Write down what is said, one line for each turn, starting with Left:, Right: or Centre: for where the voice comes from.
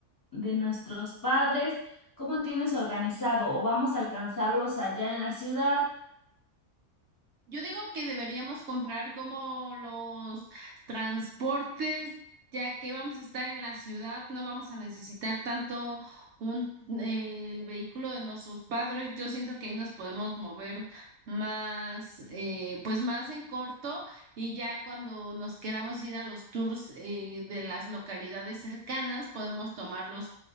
Left: de nuestros padres? ¿Cómo tienes organizado? ¿O vamos a alcanzarlos allá en la ciudad?
Right: Yo digo que deberíamos comprar como los transportes, ya que vamos a estar en la ciudad, no vamos a necesitar tanto un, eh, el vehículo de nuestros padres. Yo siento que ahí nos podemos mover más, eh, pues más en corto y ya cuando nos queramos ir a los tours eh, de las localidades cercanas, podemos tomar los,